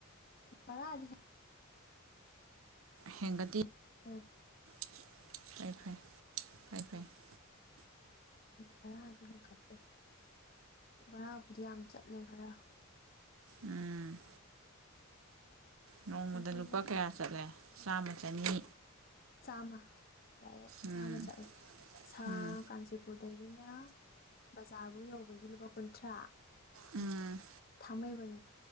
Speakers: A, on the left (about 45°); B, on the right (about 70°).
A: ꯚꯔꯥꯗꯤ
B: ꯍꯦꯡꯒꯠꯗꯤ
A: ꯑꯣ
B: <inaudible> <inaudible>
A: ꯚꯔꯥꯗꯤ ꯍꯦꯟꯀꯠꯇꯦ ꯚꯔꯥꯕꯨꯗꯤ ꯌꯥꯝ ꯆꯠꯂꯦ ꯈꯔ
B: ꯎꯝ ꯅꯣꯡꯃꯗ
A: ꯑꯗꯨꯝ
B: ꯂꯨꯄꯥ ꯀꯌꯥ ꯆꯠꯂꯦ ꯆꯥꯝꯃ ꯆꯅꯤ
A: ꯆꯥꯃ ꯗꯥꯏꯔꯦꯛ
B: ꯎꯝ
A: ꯆꯥꯃ ꯆꯠꯂꯦ ꯁꯥꯔ
B: ꯎꯝ
A: ꯀꯥꯟꯆꯤꯄꯨꯔꯗꯒꯤꯅꯦ ꯕꯖꯥꯔꯕꯨ ꯌꯧꯕꯒꯤ ꯂꯨꯄꯥ ꯀꯨꯟꯊ꯭ꯔꯥ
B: ꯎꯝ
A: ꯊꯥꯡꯃꯩꯕꯟ